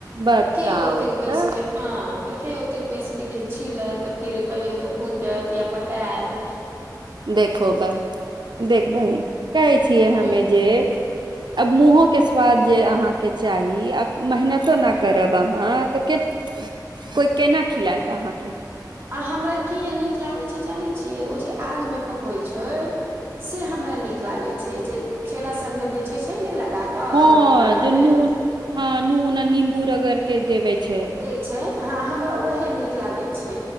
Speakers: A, on the right; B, on the right.
A: बताउ
B: के ओतेक बैसके
A: तऽ
B: हँ के ओतेक बैसके छीलत फेर कहियो तऽ भुजत या पकात
A: देखो बहिन देख बहिन कहै छियै हमे
B: हूँ
A: जे अब मुँहो के स्वाद जे अहाँके छै। चाही आ मेहनतो नहि करब अहाँ तऽ कोइ केना खिलात तऽ अहाँके
B: आ हमरा किए नीक लागै छै जानै छियै ओ जे आगमे पकबै छै। से हमरा नीक लागे छै जे ठेला सबमे बेचे छै ने लगा कऽ
A: हाँ
B: रोड किनारमे
A: जे नून हाँ नून आ नींबू रगर के देवे छै
B: दै छै हाँ हमरा उहे नीक लागै छै।